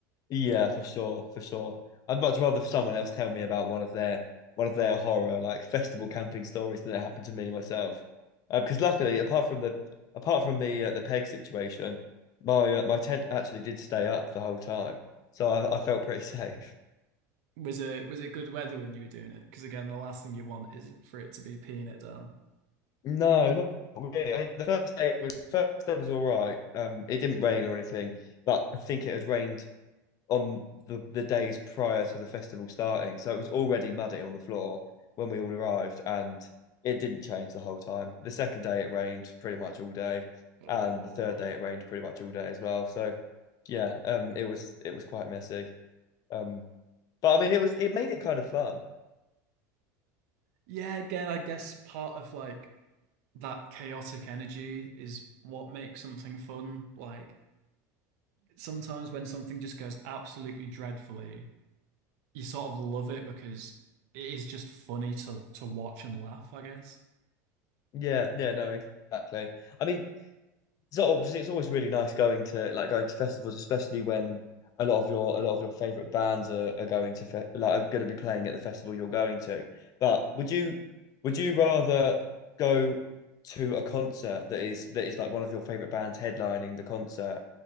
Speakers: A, on the left (about 40°); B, on the right (about 70°).
A: yeah, for sure, for sure. I'd much rather someone else tell me about one of their one of their horror like festival camping stories than it happened to me myself. Uh, because luckily, apart from the apart from the uh, the peg situation, my uh, my tent actually did stay up the whole time, so I, I felt pretty <laughs> safe.
B: Was it was it good weather when you were doing it? Because again, the last thing you want is for it to be peeing it down.
A: No, not really. I, the first day was the first day was all right. Um, it didn't rain or anything, but I think it had rained on the, the days prior to the festival starting. So it was already muddy on the floor when we all arrived, and it didn't change the whole time. The second day it rained pretty much all day,
B: Oh.
A: and the third day it rained pretty much all day as well. So yeah, um, it was it was quite messy. Um, but I mean, it was it made it kind of fun.
B: Yeah, again, I guess part of like that chaotic energy is what makes something fun. Like sometimes when something just goes absolutely dreadfully, you sort of love it because it is just funny to to watch and laugh, I guess.
A: Yeah, yeah, no, exactly. I mean, So obviously, it's always really nice going to like going to festivals, especially when a lot of your a lot of your favorite bands are, are going to fe like are going to be playing at the festival you're going to. But would you would you rather go to a concert that is that is like one of your favorite bands headlining the concert,